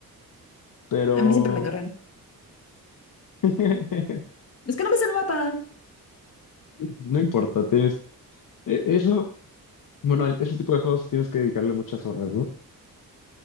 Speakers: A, on the left; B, on the left.
A: Pero
B: A mí siempre me cargan.
A: <laughs>
B: Es que no me sé el mapa.
A: no importa, tienes. e- Eso, bueno, el- ese tipo de juegos tienes que dedicarle muchas horas, ¿no?